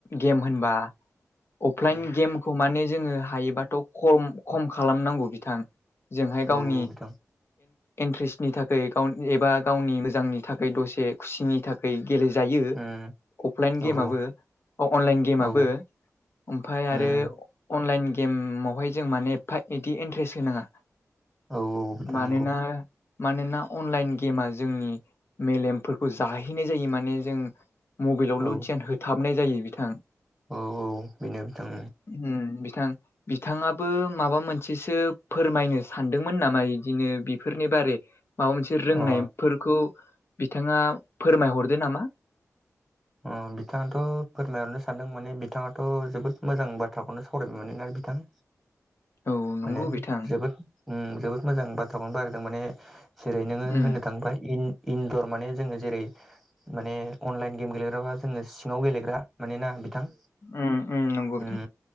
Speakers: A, on the left; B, in the centre.
A: गेम होनबा अफलाइन
B: औ
A: गेमखौ माने जोङो हायोबाथ' खम खम खालामनांगौ। बिथां जोंहाय
B: औ
A: गावनि
B: औ बिथां
A: इन्ट्रेस्टनि थाखै गाव एबा गावनि मोजांनि थाखै दसे खुसिनि थाखै गेलेजायो
B: उम
A: अफलाइन
B: औ
A: गेमाबो
B: औ
A: अ अनलाइन
B: औ
A: गेमाबो
B: उम
A: ओमफाय आरो
B: उम
A: अनलाइन गेमावहाय जों माने एफा इदि इन्ट्रेस्ट होनाङा
B: औ बिथां
A: मानोना
B: नंगौ
A: मानोना अनलाइन गेमा जोंनि मेलेमफोरखौ जाहैनाय जायो माने जों मबाइलावल'
B: औ
A: धियान होथाबनाय जायो बिथां
B: औ बेनो बिथां
A: उम बिथां बिथाङाबो माबा मोनसेसो फोरमायनो सानदोंमोन नामा। इदिनो बेफोरनि बारै माबा मोनसे रोंनायफोरखौ
B: अ
A: बिथाङा फोरमायहरदो नामा।
B: अ बिथाङाथ' फोरमायहरनो सानदों माने बिथाङाथ' जोबोद मोजां बाथ्राखौनो सावरायबाय माने ना बिथां।
A: <inaudible> नंगौ
B: माने
A: बिथां
B: जोबोद उम जोबोद मोजां बाथ्राखौनो <unintelligible> माने जेरै नोङो
A: उम
B: होननो थाङोबा इन इनदर माने जोङो जेरै माने अनलाइन गेम गेलेग्राबा जोङो सिङाव गेलेग्रा मानोना बिथां
A: उ उ नोंगौ
B: उम
A: बिथां